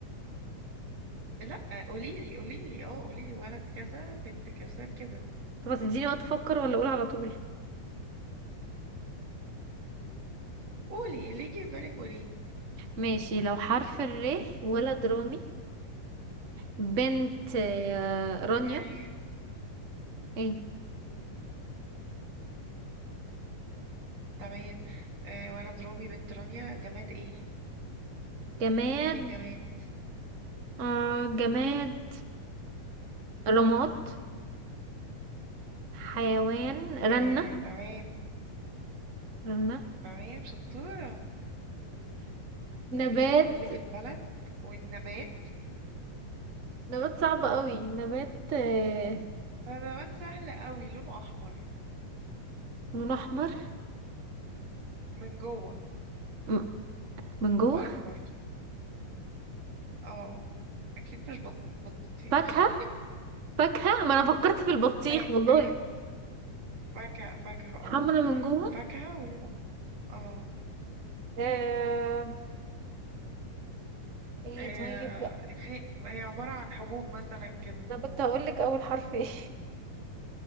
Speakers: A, on the right (about 50°); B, on the right (about 65°).
A: لا قوليلي قوليلي اه قوليلي ولد كذا بنت كذا كده
B: طب هتديني وقت افكر ولا اقول على طول
A: قولي اللي يجي في بالك قوليه
B: ماشي لو حرف الري ولد رامي بنت آه رانيا
A: يعني
B: ايه
A: تمام آه ولد رامي بنت رانيا جماد ايه
B: جماد
A: ايه الجماد
B: آه جماد رماد حيوان رنة
A: آه تمام
B: رنة
A: تمام شطورة
B: نبات
A: آه، كده فاضل لك البلد والنبات
B: نبات صعب قوي نبات آه
A: ده نبات سهل قوي لونه احمر
B: لون احمر
A: من جوه
B: م- من جوه
A: بره برضو اه اكيد مش بطيخ
B: فاكهة فاكهة ما انا فكرت في البطيخ
A: أي-
B: والله
A: ايوه فاكهة فاكهة اه
B: حمرا من جوه
A: فاكهة ولونه اه
B: آه... ايه
A: آه،
B: طيب
A: في هي عبارة عن حبوب مثلا كده
B: انا كنت هقول لك اول حرف ايه